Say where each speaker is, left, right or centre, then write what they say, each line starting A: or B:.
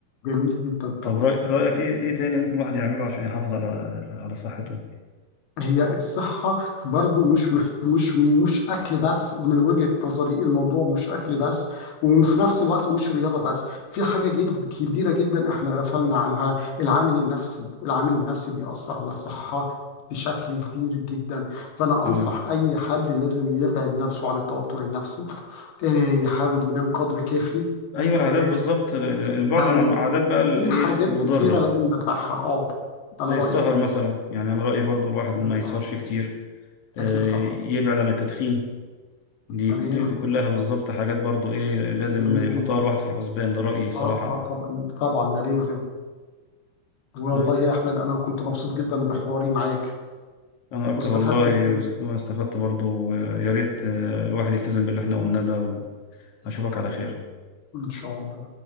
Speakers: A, on the left; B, on the left.
A: جميل جدا
B: طب
A: طبعا
B: رأي- رأيك إيه إيه تاني ممكن الواحد يعمله عشان يحافظ على على صحته؟
A: هي الصحة برضو مش محت... مش مش أكل بس من وجهة نظري الموضوع مش أكل بس وفي نفس الوقت مش رياضة بس في حاجة جد كبيرة جدا احنا غفلنا عنها العامل النفسي العامل النفسي بيأثر على الصحة بشكل كبير جدا فأنا
B: تمام
A: أنصح أي حد لازم يبعد نفسه عن التوتر النفسي آه، يحاول ينام قدر كافي
B: أيوة العادات
A: آه،
B: بالظبط ال- ال- البعد
A: يعني
B: عن العادات بقى الإيه
A: في حاجات
B: المضرة
A: كتيرة لازم نتبعها اه
B: زي
A: أنا رأيي
B: السهر مثلا يعني أنا رأيي برضو الواحد
A: بالظبط
B: ما يسهرش كتير آه،
A: أكيد طبعا
B: يبعد عن التدخين دي,
A: تمام
B: دي, دي كلها بالظبط حاجات برضو ايه لازم
A: جميل
B: يحطها
A: جدا
B: الواحد في الحسبان ده رأيي صراحة
A: اه اه طبعا طبعا ده لازم والله
B: طيب،
A: يا احمد انا كنت مبسوط جدا بحواري معاك
B: انا اكتر
A: واستفدت
B: والله
A: كتير
B: وانا استفدت برضو آه، يا ريت آه، الواحد يلتزم باللي احنا قلناه ده واشوفك على خير
A: ان شاء الله